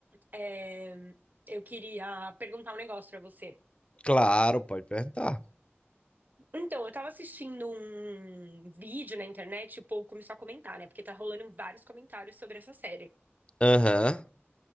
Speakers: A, on the right; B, on the left.
A: É, eu queria perguntar um negócio pra você.
B: Claro, pode perguntar.
A: Então, eu tava assistindo um vídeo na internet e o povo começou a comentar, né? Porque tá rolando vários comentários sobre essa série.
B: Aham.